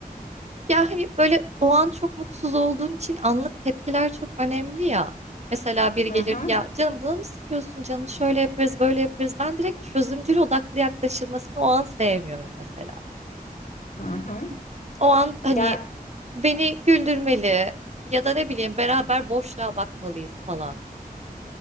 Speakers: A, on the right; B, on the left.
A: Ya hani böyle o an çok mutsuz olduğun için anlık tepkiler çok önemli ya. Mesela biri
B: Hı
A: gelir
B: hı,
A: ya canım bunu mı sıkıyorsun canım şöyle yaparız böyle yaparız. Ben direkt çözümcül odaklı yaklaşılmasını o an sevmiyorum mesela.
B: hı hı.
A: O an hani
B: Ya
A: beni güldürmeli ya da ne bileyim beraber boşluğa bakmalıyız falan.